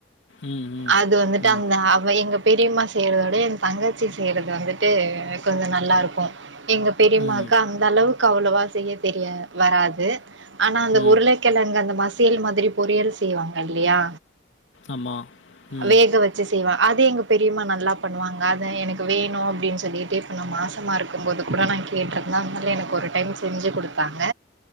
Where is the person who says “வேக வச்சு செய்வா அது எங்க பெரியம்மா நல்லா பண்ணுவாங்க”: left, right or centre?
Right